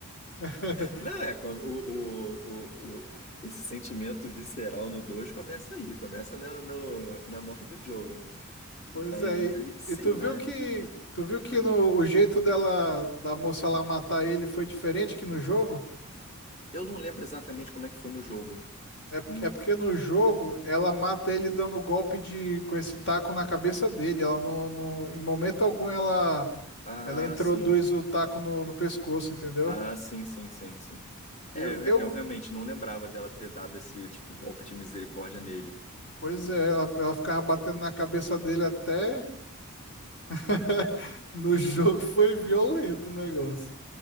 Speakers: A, on the left (about 50°); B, on the left (about 30°).
A: <laughs>
B: Não, é, com- o, o, o, o- esse sentimento visceral no 2 começa aí, começa na, no- na morte do Joel, né? Mas,
A: Pois é, e,
B: aí, sei
A: e tu
B: lá,
A: viu que tu viu que
B: foi.
A: no, o jeito dela da moça lá matar ele foi diferente que no jogo?
B: Eu não lembro exatamente como é que foi no jogo.
A: É, porque-
B: Hum,
A: é porque no jogo ela mata ele dando golpe de com esse taco na cabeça dele. Ela não, não- em momento algum ela
B: Ah,
A: ela introduz
B: sim.
A: o taco no, no pescoço, entendeu?
B: Ah, sim, sim, sim, sim.
A: Eu,
B: É, eu, re-
A: eu
B: eu realmente não lembrava dela ter dado esse tipo golpe de misericórdia nele.
A: pois é, ela, ela ficava batendo na cabeça dele até <laughs> no jogo foi violento o negócio.